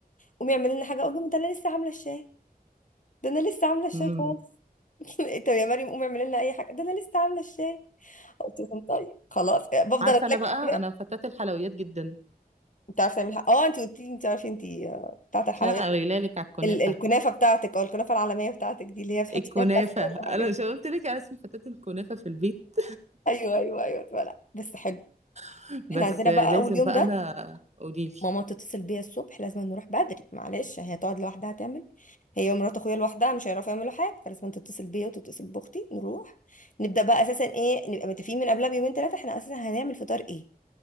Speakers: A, on the left; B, on the right.
A: قومي اعملي لنا حاجه اقول لهم ده انا لسه عامله الشاي ده انا لسه عامله الشاي
B: امم
A: خالص <laughs> طب يا مريم قومي اعملي لنا اي حاجه ده انا لسه عامله الشاي قلت لهم طيب خلاص آه، بفضل
B: عارفه
A: اتلكك
B: انا بقى
A: كده
B: انا فتاة الحلويات جدا
A: انت عارفه تعملي حاجه اه انت قلت لي انت عارفه انت آه، بتاعه الحلويات
B: مش انا قايله لك على الكنافه
A: ال الكنافه بتاعتك او الكنافه العالميه بتاعتك دي اللي هي بتحطي
B: الكنافه
A: فيها كاستر وحاجات
B: انا
A: دي.
B: مش قلت لك انا اسمي فتاة الكنافه في البيت
A: ايوه ايوه ايوه لا لا، بس حلو
B: <laughs>
A: احنا
B: بس
A: عندنا
B: لازم
A: بقى اول يوم
B: بقى
A: ده
B: انا قولي لي
A: ماما تتصل بيا الصبح لازم نروح بدري معلش هي تقعد لوحدها تعمل هي ومرات اخويا لوحدها مش هيعرفوا يعملوا حاجه فلازم تتصل بيا وتتصل باختي نروح نبدا بقى اساسا ايه نبقى متفقين من قبلها بيومين ثلاثه احنا اساسا هنعمل فطار ايه